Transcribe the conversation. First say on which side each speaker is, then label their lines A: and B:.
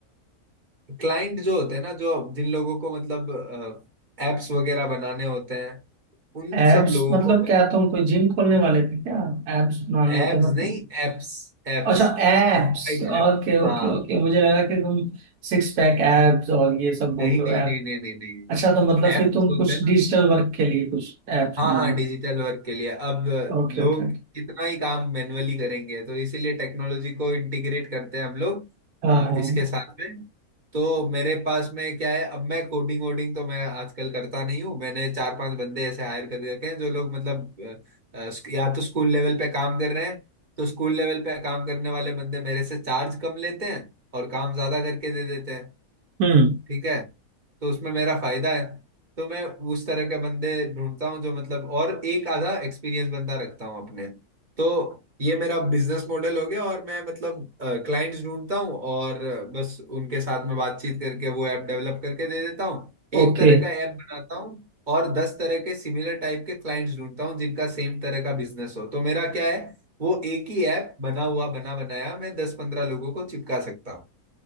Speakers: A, on the right; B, on the right.
A: क्लाइंट जो होते हैं ना जो जिन लोगों को मतलब एप्स वगैरह बनाने होते हैं उन
B: एब्स
A: सब लोगों
B: मतलब
A: को
B: क्या तुम कोई जिम खोलने वाले थे क्या एब्स बनाने
A: एप्स
B: थे मतलब
A: नहीं एप्स एप्स
B: अच्छा एब्स
A: Mobile
B: ओके
A: app
B: ओके
A: हाँ
B: ओके मुझे लगा कि तुम सिक्स पैक एब्स और ये सब बोल
A: नहीं
B: रहे
A: नहीं
B: हो
A: नहीं
B: ऐप
A: नहीं नहीं नहीं
B: अच्छा तो मतलब
A: ऐप्स
B: फिर तुम
A: होते
B: कुछ
A: हैं ना
B: डिजिटल वर्क के लिए कुछ एप्स
A: हाँ
B: बनाने
A: हाँ डिजिटल वर्क के लिए अब
B: Okay
A: लोग
B: okay okay
A: कितना ही काम मैन्युअली करेंगे तो इसीलिए टेक्नोलॉजी को इंटीग्रेट करते हैं हम लोग
B: हाँ
A: अ,
B: हाँ
A: इसके साथ में तो मेरे पास में क्या है अब मैं कोडिंग वोडिंग तो मैं आजकल करता नहीं हूँ मैंने चार पांच बंदे ऐसे हायर कर रखे हैं जो लोग मतलब अ, अ, स्क- या तो स्कूल लेवल पे काम कर रहे हैं तो स्कूल लेवल पे काम करने वाले बंदे मेरे से चार्ज कम लेते हैं और काम ज्यादा करके दे देते हैं
B: हम्म
A: ठीक है तो उसमें मेरा फायदा है तो मैं उस तरह के बंदे ढूंढता हूँ जो मतलब और एक आधा एक्सपीरियंस बंदा रखता हूँ अपने तो ये मेरा बिजनेस मॉडल हो गया और मैं मतलब क्लाइंट्स ढूंढता हूँ और बस उनके साथ में बातचीत करके वो ऐप डेवलप करके दे देता हूँ एक
B: ओके
A: तरह का ऐप बनाता हूँ और दस तरह के सिमिलर टाइप के क्लाइंट्स ढूंढता हूँ जिनका सेम तरह का बिजनेस हो तो मेरा क्या है वो एक ही ऐप बना हुआ बना बनाया मैं दस पंद्रह लोगों को चिपका सकता हूँ